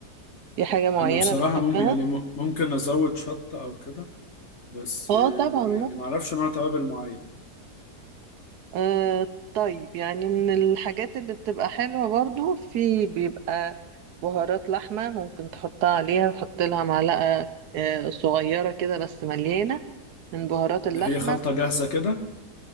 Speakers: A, on the right (about 75°); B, on the left (about 45°).
A: في حاجة معينة
B: أنا بصراحة
A: بتحبها
B: مم يعني م- ممكن أزود شطة أو كده بس
A: اه
B: آه،
A: طبعا
B: ما يعني ما أعرفش نوع توابل معين
A: آه طيب يعني من الحاجات اللي بتبقى حلوة برضو في بيبقى بهارات لحمة ممكن تحطها عليها تحط لها معلقة آه صغيرة كده بس مليانة من بهارات اللحمة
B: ده هي خلطة جاهزة كده